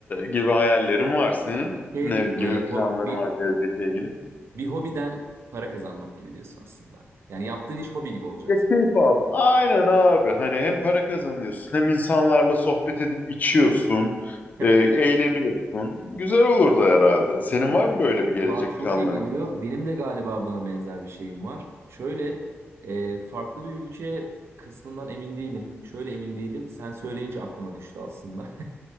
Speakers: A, on the left; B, on the right.
A: gibi hayallerim var senin.
B: Şey
A: Ne
B: gibi böyle
A: gibi
B: ho-
A: planlarım
B: bir
A: var gelecekle ilgili?
B: Bir hobiden para kazanmak gibi diyorsun aslında. Yani yaptığın iş hobi gibi olacak.
A: Ya keyif aldım. Aynen abi. Hani hem para kazanıyorsun hem insanlarla sohbet edip içiyorsun.
B: <laughs>
A: e, eğleniyorsun. Güzel olurdu herhalde. Senin
B: Bu-
A: var mı böyle bir gelecek
B: Kulağa çok
A: planların
B: iyi geliyor.
A: falan?
B: Benim de galiba buna benzer bir şeyim var. Şöyle e, farklı bir ülke kısmından emin değilim. Şöyle emin değilim. Sen söyleyince aklıma düştü aslında. <laughs>